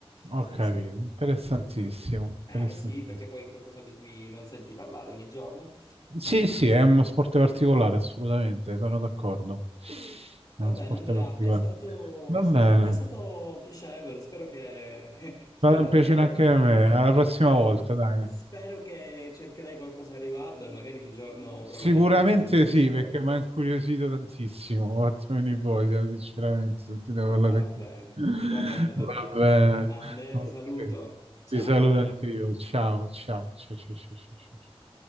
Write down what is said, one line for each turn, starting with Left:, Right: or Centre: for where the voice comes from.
Right: ho
Left: Sì,
Right: capito,
Left: sì.
Right: interessantissimo,
Left: Eh
Right: interessantissimo.
Left: sì, perché poi è qualcosa di cui non senti parlare ogni giorno.
Right: Sì, sì, è uno sport particolare, assolutamente, sono d'accordo. È
Left: Va
Right: uno
Left: bene,
Right: sport
Left: Andrea,
Right: particolare.
Left: è stato,
Right: Va
Left: è stato,
Right: bene,
Left: è stato piacevole. Spero che, <laughs> spero
Right: vado un piacere
Left: che,
Right: anche a me, alla prossima
Left: spero,
Right: volta, dai.
Left: spero che cercherai qualcosa a riguardo e magari un giorno proverai
Right: Sicuramente
Left: anche tu questo
Right: sì,
Left: sport.
Right: perché mi ha incuriosito tantissimo, mi ha fatto venire voglia, sinceramente, sentite parlare
Left: Va
Right: qui.
Left: bene,
Right: <laughs>
Left: va bene,
Right: Va
Left: va bene.
Right: bene,
Left: Andrea,
Right: ok.
Left: ti saluto. Ciao.
Right: Ti saluto anche io. Ciao, ciao, ciao, ciao, ciao, ciao. ciao.